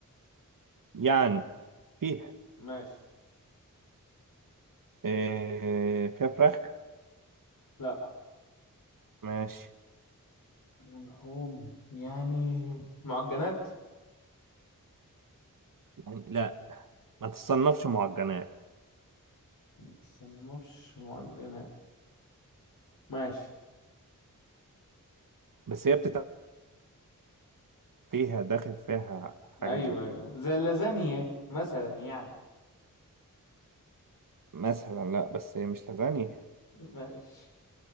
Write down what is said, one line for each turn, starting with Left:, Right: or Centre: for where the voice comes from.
Right: يعني فيها
Left: ماشي
Right: إيه فيها فراخ
Left: لأ
Right: ماشي
Left: لحوم يعني معجنات
Right: يعني لا ما تصنفش معجنات
Left: متصنفش معجنات ماشي
Right: بس هي بتتعمل فيها داخل فيها حاجة
Left: أيوه
Right: زي
Left: أيوه
Right: كده
Left: زي اللازانيا مثلا يعني
Right: مثلا لا بس هي مش لازانيا
Left: ماشي